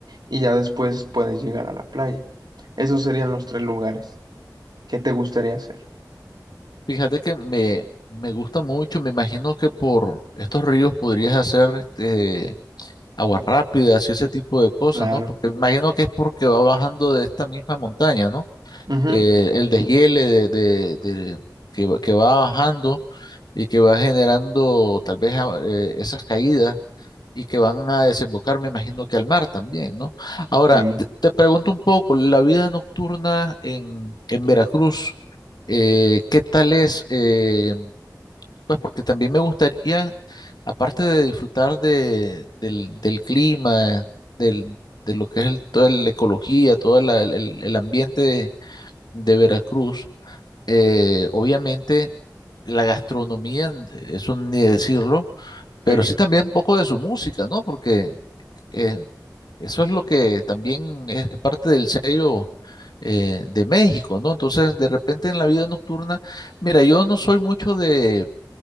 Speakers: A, on the right; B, on the left.
A: Y ya después puedes llegar a la playa. Esos serían los tres lugares. ¿Qué te gustaría hacer?
B: Fíjate que me, me gusta mucho, me imagino que por estos ríos podrías hacer este, aguas rápidas y ese tipo de cosas,
A: Claro,
B: ¿no? Porque me imagino que es porque va bajando de esta misma montaña, ¿no?
A: Ujú.
B: eh, el deshiele de, de- de- que, va- que va bajando y que va generando tal vez ah, eh, esas caídas y que van a desembocar, me imagino que al mar también, ¿no? Ahora,
A: sí,
B: te, te pregunto un poco, la vida nocturna en, en Veracruz, eh, ¿qué tal es? Eh, pues porque también me gustaría, aparte de disfrutar de, del, del clima, del, de lo que es el- toda la ecología, todo el, el- el ambiente de, de Veracruz, eh, obviamente la gastronomía, n- eso ni decirlo, pero
A: sí,
B: sí también un poco de su música, ¿no? Porque eh, eso es lo que también es parte del sello eh, de México, ¿no? Entonces, de repente en la vida nocturna, mira, yo no soy mucho de,